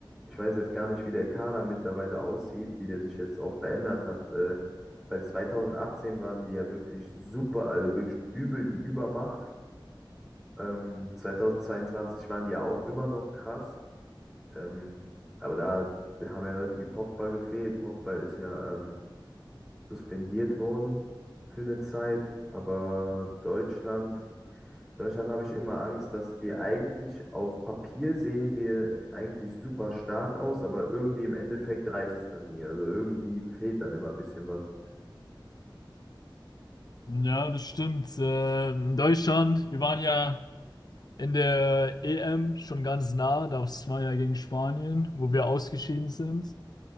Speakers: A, in the centre; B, on the left.
A: Ich weiß jetzt gar nicht, wie der Kader mittlerweile aussieht, wie der sich jetzt auch verändert hat. äh, Weil 2018 waren die ja wirklich super, also wirklich übel die Übermacht. Ähm, 2022 waren die ja auch immer noch krass. Ähm, aber da haben ja Leute wie Pogba gefehlt. Pogba ist ja ähm, suspendiert worden für eine Zeit. Aber Deutschland Deutschland habe ich immer Angst, dass wir eigentlich auf Papier sehen wir eigentlich super stark aus, aber irgendwie im Endeffekt reicht es dann nie. Also irgendwie fehlt dann immer ein bisschen was.
B: Ja, das stimmt. Ähm, Deutschland, wir waren ja in der EM schon ganz nah, das war ja gegen Spanien, wo wir ausgeschieden sind.